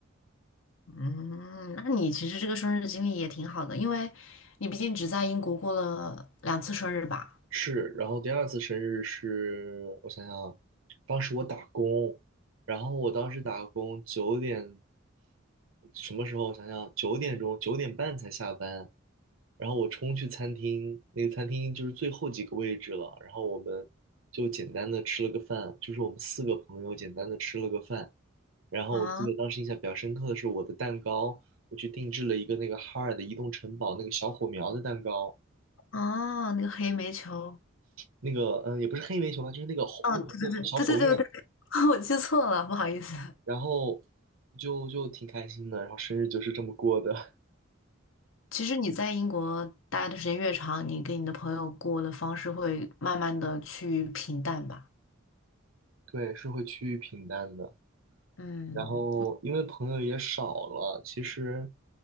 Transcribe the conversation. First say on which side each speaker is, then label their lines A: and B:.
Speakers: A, on the left; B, on the right.
A: 嗯，那你其实这个生日经历也挺好的，因为你毕竟只在英国过了两次生日吧？
B: 是，然后第二次生日是我想想啊，当时我打工，然后我当时打工九点，什么时候？我想想，九点钟九点半才下班，然后我冲去餐厅，那个餐厅就是最后几个位置了，然后我们就简单的吃了个饭，就是我们四个朋友简单的吃了个饭，然后我记得当时印象比较深刻的是我的蛋糕，
A: 啊。
B: 我去定制了一个那个哈尔的移动城堡那个小火苗的蛋糕。
A: 哦，那个黑煤球，
B: 那个嗯，也不是黑煤球吧，就是那个火那个那个小火焰，
A: 哦，对对对对对对对对，<laughs> 我记错了，不好意思。
B: 然后就就挺开心的，然后生日就是这么过的，
A: 其实你在英国待的时间越长，你跟你的朋友过的方式会慢慢的去平淡吧。
B: <laughs> 对，是会趋于平淡的。
A: 嗯，
B: 然后因为朋友也少了，其实